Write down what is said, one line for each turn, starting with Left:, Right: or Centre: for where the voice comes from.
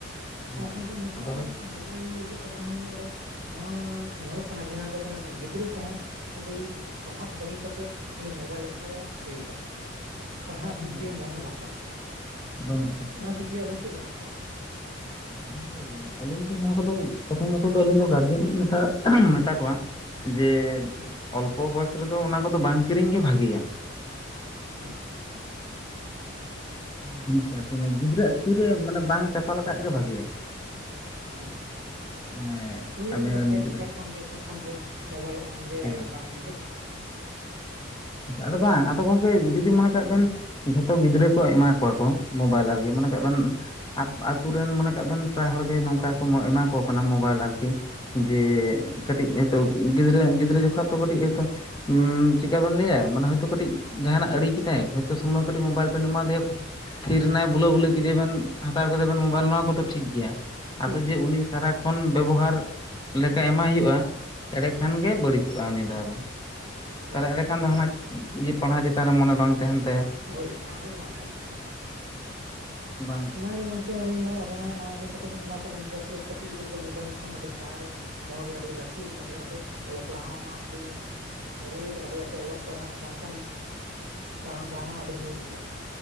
Left: ᱦᱮᱸ
Right: ᱥᱟᱶ ᱥᱟᱶᱛᱮ ᱱᱮᱛᱟᱨ
Left: ᱟᱫᱚ
Right: <unintelligible> ᱢᱳᱵᱟᱭᱤᱞ ᱩᱰᱩᱠ <inaudible> ᱨᱮᱦᱚᱸ ᱟᱛᱚ ᱱᱚᱣᱟ ᱧᱮᱞᱚᱜ ᱠᱟᱱᱟ ᱡᱟᱦᱟᱸ ᱫᱚ ᱠᱟᱱᱟ ᱜᱤᱫᱽᱨᱟᱹ ᱠᱚᱦᱚᱸ ᱟᱹᱰᱤ ᱯᱟᱲᱦᱟᱜ ᱵᱟᱹᱜᱤ ᱠᱟᱛᱮᱫ ᱠᱷᱟᱹᱞᱤ ᱢᱳᱵᱟᱭᱤᱞ ᱜᱮᱠᱚ ᱩᱭᱩᱝ ᱠᱟᱜ ᱠᱟᱱᱟ, ᱯᱟᱲᱦᱟᱜ
Left: ᱦᱮᱸ
Right: ᱫᱤᱠ
Left: ᱦᱮᱸ
Right: ᱫᱤᱭᱮ
Left: ᱦᱮᱸ
Right: ᱢᱚᱱᱮ ᱦᱚᱸ ᱵᱟᱝ ᱴᱟᱜ ᱠᱟᱱ ᱛᱟᱠᱚᱣᱟ
Left: ᱵᱟᱹᱱᱩᱜ ᱛᱟᱠᱚᱣᱟ
Right: ᱚᱱᱟ ᱫᱤᱠ ᱫᱤᱭᱮ ᱟᱵᱮᱱ ᱪᱮᱫ ᱵᱮᱱ ᱞᱟᱹᱭᱮᱜ-ᱟ ᱵᱮᱱ
Left: ᱟᱫᱚ ᱟᱹᱞᱤᱧ ᱫᱚ ᱱᱚᱣᱟ ᱠᱚᱫᱚ ᱯᱨᱚᱛᱷᱚᱢᱚᱛᱚ ᱫᱚ ᱟᱹᱞᱤᱧ ᱫᱚ ᱜᱟᱨᱡᱮᱱ ᱞᱤᱧ ᱢᱮᱛᱟ ᱠᱚᱣᱟ ᱡᱮ
Right: ᱦᱩᱸ
Left: ᱚᱞᱯᱚ ᱵᱚᱭᱚᱥ ᱨᱮᱫᱚ ᱚᱱᱟ ᱠᱚ ᱫᱚ ᱵᱟᱝ ᱠᱤᱨᱤᱧ ᱜᱮ ᱵᱷᱟᱜᱮᱭᱟ
Right: ᱦᱮᱸ
Left: ᱚᱱᱟ ᱡᱤᱱᱤᱥ ᱟᱨᱠᱤ ᱜᱤᱫᱽᱨᱟᱹ ᱟᱜ ᱛᱤᱨᱮ ᱢᱟᱱᱮ ᱵᱟᱝ ᱪᱟᱯᱟᱞ ᱠᱟᱜ ᱜᱮ ᱵᱷᱟᱜᱮᱭᱟ
Right: ᱦᱮᱸ
Left: ᱢᱟᱱᱮ
Right: ᱦᱳᱭ
Left: ᱟᱵᱮᱱ ᱨᱮᱱ
Right: ᱯᱷᱮᱰ
Left: ᱜᱤᱫᱽᱨᱟᱹ
Right: ᱯᱷᱮᱰ ᱠᱷᱚᱱ ᱜᱮ ᱯᱷᱮᱰ ᱠᱷᱚᱱ ᱜᱮ ᱢᱳᱵᱟᱭᱤᱞ ᱮᱢᱜᱮ
Left: ᱦᱮᱸ
Right: ᱵᱟᱝ ᱮᱢᱜᱮ ᱴᱷᱤᱠ
Left: ᱟᱫᱚ ᱵᱟᱝ ᱟᱫᱚ ᱜᱚᱢᱠᱮ ᱡᱩᱫᱤ ᱢᱚᱱᱮ ᱠᱷᱟᱡ ᱵᱮᱱ ᱡᱷᱚᱛᱚ ᱜᱤᱫᱽᱨᱟᱹ ᱠᱚ ᱮᱢᱟ ᱠᱚᱣᱟ ᱠᱚ ᱢᱳᱵᱟᱭᱤᱞ ᱟᱨᱠᱤ ᱢᱚᱱᱮ ᱠᱟᱜ
Right: ᱦᱮᱸ
Left: ᱵᱮᱱ ᱟᱵ ᱟᱵ ᱟᱛᱩ ᱨᱮᱱ ᱢᱚᱱᱮ ᱠᱟᱜ ᱵᱮᱱ ᱯᱨᱟᱭ ᱦᱚᱲᱜ ᱱᱚᱝᱠᱟ ᱠᱚ ᱮᱢᱟ ᱠᱚ ᱠᱟᱱᱟ ᱢᱳᱵᱟᱭᱤᱞ ᱟᱨᱠᱤ ᱡᱮ
Right: ᱦᱮᱸ
Left: ᱠᱟᱹᱴᱤᱡ ᱦᱚᱭᱛᱳ ᱜᱤᱫᱽᱨᱟᱹ ᱜᱤᱫᱽᱨᱟᱹ ᱡᱚᱠᱷᱚᱡ ᱛᱚ ᱠᱟᱹᱴᱤᱡ ᱮᱛᱚ ᱩᱸ ᱪᱤᱠᱟ ᱵᱚᱱ ᱞᱟᱹᱭᱟ ᱢᱟᱱᱮ ᱦᱚᱭᱛᱚ ᱠᱟᱹᱴᱤᱡ ᱡᱟᱦᱟᱱᱟᱜ ᱟᱹᱲᱤ ᱠᱮᱛᱟᱭ ᱦᱚᱭᱛᱚ ᱥᱚᱢᱵᱷᱚ ᱠᱟᱹᱴᱤᱡ ᱢᱳᱵᱟᱭᱤᱞ ᱵᱮᱱ ᱮᱢᱟ ᱫᱮᱭᱟ ᱠᱩ, ᱛᱷᱤᱨᱱᱟᱭ ᱵᱩᱞᱟᱹ ᱵᱩᱞᱤ ᱠᱤᱫᱤ ᱵᱮᱱ ᱦᱟᱛᱟᱣ ᱠᱮᱫᱟ ᱵᱮᱱ ᱢᱳᱵᱟᱭᱤᱞ
Right: ᱦᱮᱸ
Left: ᱱᱚᱣᱟ ᱠᱚᱫᱚ ᱴᱷᱤᱠ ᱜᱤᱭᱟ
Right: ᱴᱷᱤᱠ
Left: ᱟᱫᱚ
Right: ᱜᱮᱭᱟ
Left: ᱡᱮ ᱩᱱᱤ ᱥᱟᱨᱟ ᱠᱷᱚᱱ ᱵᱮᱵᱚᱦᱟᱨ ᱞᱮᱠᱟ
Right: ᱥᱟᱨ
Left: ᱮᱢᱟᱭ ᱦᱩᱭᱩᱜ-ᱟ
Right: ᱥᱟᱨᱟᱜ
Left: ᱮᱲᱮ
Right: ᱦᱮᱸ
Left: ᱠᱷᱟᱱ ᱜᱮ ᱵᱟᱹᱲᱤᱡᱚᱜ-ᱟ ᱩᱱᱤ ᱫᱚ ᱟᱫᱚ
Right: ᱦᱳᱭ
Left: ᱛᱟᱦᱚᱞᱮ ᱮᱲᱮ ᱠᱷᱟᱱ ᱫᱚ ᱦᱟᱱᱟ ᱤᱭᱟᱹ ᱯᱟᱸᱲᱦᱟᱣ ᱪᱮᱛᱟᱱ ᱨᱮ ᱢᱚᱱᱮ ᱵᱟᱝ ᱛᱟᱦᱮᱸᱱ ᱛᱟᱭᱟ
Right: ᱦᱳᱭ ᱴᱟᱱ ᱫᱚ ᱟᱫᱚ ᱵᱟᱝ ᱛᱟᱦᱮᱞᱮᱱ ᱛᱟᱭᱟ
Left: ᱵᱟᱝ ᱛᱟᱦᱮᱱ
Right: ᱚᱱᱟ ᱜᱮ
Left: ᱛᱟᱭᱟ
Right: ᱜᱚᱝᱠᱮ ᱟᱞᱤᱧ ᱫᱚ ᱟᱵᱤᱱ ᱦᱚᱸ ᱱᱚᱶᱟ ᱜᱮ <unintelligible> ᱥᱚᱪᱮᱛᱚᱱ ᱮᱢᱟ ᱠᱚᱵᱮᱱ ᱪᱮᱫᱟᱜ ᱥᱮ ᱠᱟᱹᱴᱤᱡ ᱜᱤᱫᱽᱨᱟᱹ ᱫᱚ ᱢᱳᱵᱟᱭᱤᱞ ᱠᱷᱚᱱ ᱟᱹᱰᱤ ᱥᱟᱦᱟ ᱨᱮ ᱫᱚᱦᱚ ᱜᱮ ᱟᱹᱰᱤ ᱞᱟᱹᱠᱛᱤ ᱠᱟᱱᱟ ᱪᱮᱫᱟᱜ ᱥᱮ ᱚᱞᱚᱜ ᱯᱟᱲᱦᱟᱜ ᱦᱚᱸ ᱟᱹᱰᱤ ᱡᱟᱹᱨᱩᱨᱤ ᱠᱟᱱᱟ ᱪᱮᱫᱟᱜ ᱥᱮ ᱚᱞᱚᱜ ᱯᱟᱲᱦᱟᱜ ᱵᱟᱝᱠᱷᱟᱱ ᱛᱟᱲᱟᱢ ᱰᱟᱦᱟᱨ ᱦᱚᱸ ᱟᱹᱰᱤ ᱧᱩᱛ ᱜᱮᱭᱟ